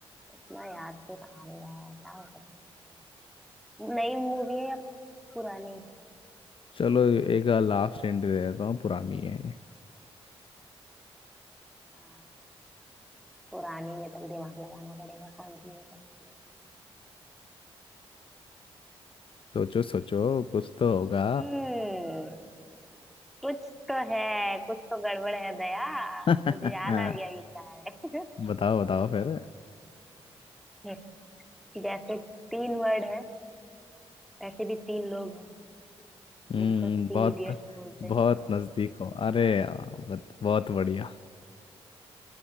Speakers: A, in the centre; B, on the left.
A: इतना याद तो रहा नहीं रहा है क्या हो सकता नई मूवी है या पुरानी
B: चलो एक लास्ट एंड दे देता हूँ पुरानी है
A: आ, पुरानी में तब दिमाग लगाना पड़ेगा कौन सी हो सकती है
B: सोचो सोचो कुछ तो होगा
A: हम्म कुछ तो है कुछ तो गड़बड़ है दया
B: <laughs>
A: मुझे याद आ गया कि क्या
B: बताओ बताओ फिर
A: है <laughs> जैसे तीन वर्ड है वैसे भी तीन लोग हैं
B: हम्म
A: जिनको थ्री
B: बहुत
A: इडियट्स बोलते हैं
B: बहुत नजदीक हो अरे यार, बत- बहुत बढ़िया